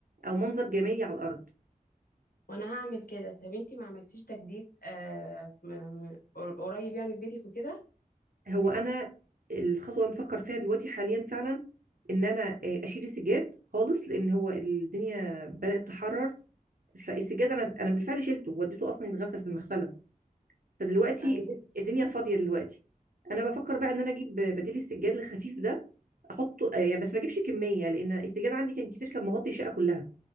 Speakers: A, on the right; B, on the left.
A: او منظر جمالي على الارض
B: وانا هعمل كده طب انتي ما عملتيش تجديد آه م- م- قريب يعني في بيتك وكده
A: هو انا الخطوه اللي بفكر فيها دلوقتي حاليا فعلا ان انا آه، اشيل السجاد خالص لان هو الدنيا بدات تحرر فالسجاد انا انا بالفعل شيلته وديته اصلا يتغسل في المغسله فدلوقتي
B: ايوه
A: الدنيا فاضيه دلوقتي انا بفكر بقى ان انا اجيب بديل السجاد الخفيف ده احطه آه، يعني بس ما اجيبش كميه لان السجاد عندي كان كتير كان مغطي الشقه كلها